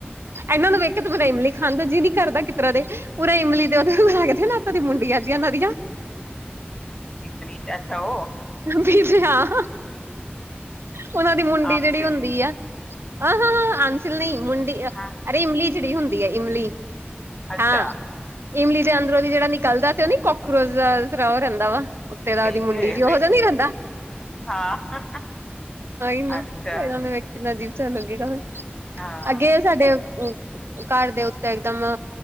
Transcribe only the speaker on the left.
ਗਲ਼ੀ ਚੱ ਅੱਛਾ ਉਹ
ਆਮ
ਸੀ
ਹਾਂ
ਅੱਛਾ
ਛਿਲਕੇ
ਦੇ
ਹਾਂ
ਅੱਛਾ
ਹਾਂ